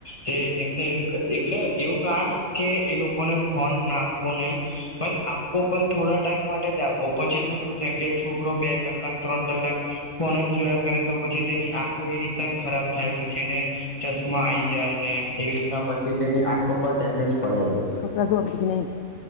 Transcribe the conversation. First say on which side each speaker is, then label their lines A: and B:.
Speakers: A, on the left (about 20°); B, on the left (about 70°).
A: કે એમને એવી એટલે એવું ના ને કે એ લોકો કોને ફોન ના આપવો નહી પણ આપો પણ થોડા ટાઈમ માટે જ આપો પછી તો શું છે કે છોકરો બે કલાક ત્રણ કલાક કોણ જ જોયા કરે તો પછી તેની આંખો એ રીતના જ ખરાબ થાય પછી એને ચશ્મા આઈ જાય ને એવી રીતના પછી તેની આંખો પર ડેમેજ પડે છે
B: કપડા ધોવા બધી <unintelligible>